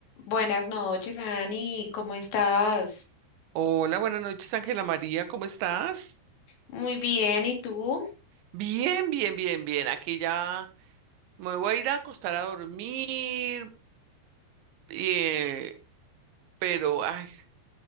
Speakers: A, on the left; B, on the right.
A: Buenas noches, Ani, ¿cómo estás?
B: Hola, buenas noches, Ángela María, ¿cómo estás?
A: Muy bien, ¿y tú?
B: Bien, bien, bien, bien. Aquí ya me voy a ir a acostar a dormir, eh, pero ay,